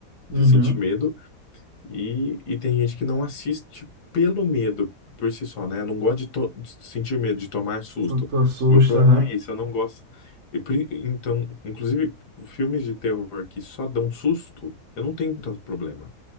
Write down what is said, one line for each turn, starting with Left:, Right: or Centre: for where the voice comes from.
Left: de
Right: Uhum,
Left: sentir medo, E, e tem gente que não assiste pelo medo por si só, né? Eu não gosto de, to- de sentir medo, de tomar susto.
Right: tu tu assusta,
Left: O meu problema
Right: aham.
Left: é isso, eu não gosto. E pri- então, inclusive, filmes de terror que só dão susto, eu não tenho tanto problema.